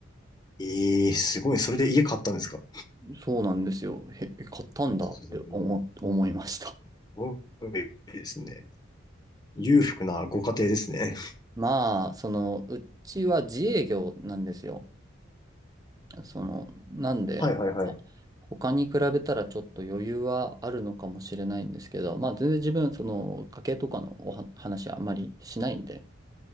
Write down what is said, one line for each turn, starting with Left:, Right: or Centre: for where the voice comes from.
Left: ええすごい。それで家買ったんですか
Right: そうなんですよ。へえ、買ったんだって思、
Left: す
Right: 思いました。
Left: ごいですね。裕福なご家庭ですね。
Right: まあ、その、うちは自営業なんですよ。その、なんで、
Left: はいはいはい。
Right: あ他に比べたらちょっと余裕はあるのかもしれないんですけど、まあ全然自分、その、家計とかのおは話はあまりしないんで、